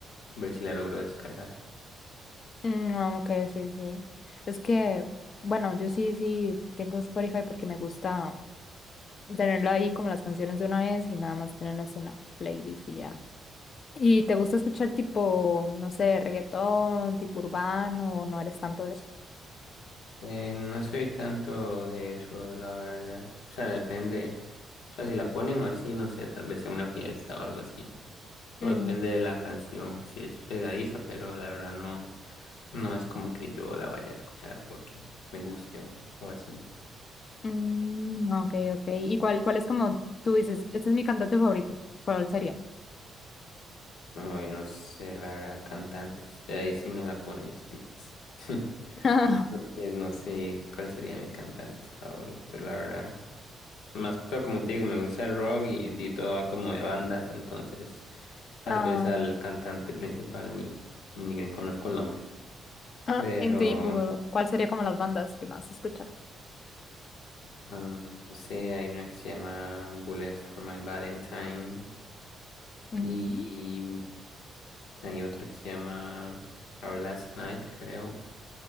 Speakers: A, on the left; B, on the left.
A: ver si la logro descargar.
B: mm, ah, ok, sí, sí. Es que, bueno, yo sí, sí tengo Spotify porque me gusta tenerlo ahí como las canciones de una vez y nada más tenerlas en la playlist y ya. ¿Y te gusta escuchar tipo, no sé, reggaetón, tipo urbano o no eres tanto de eso?
A: Eh, no soy tanto de eso, la verdad. O sea, depende. O sea, si la ponen o así, no sé, tal vez en una fiesta o algo así. O
B: Mm,
A: depende de la canción, si es pegadiza, pero la verdad no, no es como que yo la vaya a escuchar porque me guste o, o así.
B: mm, ok, ok. ¿Y cuál, cuál es como tú dices, este es mi cantante favorito? ¿Cuál sería?
A: Ay, no sé, la verdad, cantantes. Ahí sí me la pones difícil. <laughs>
B: <laughs>
A: Porque no sé cuál sería mi cantante favorito, la verdad. Más que todo, como te digo, me gusta el rock y, y todo va como de bandas, entonces tal
B: Ah,
A: vez al cantante principal ni, ni le conozco el nombre.
B: ah,
A: Pero,
B: en tu IQ, ¿cuál sería como las bandas que más escucha?
A: ah, no sé, hay una que se llama Bullet for My Valentine
B: Mm,
A: y hay otra que se llama Our Last Night, creo.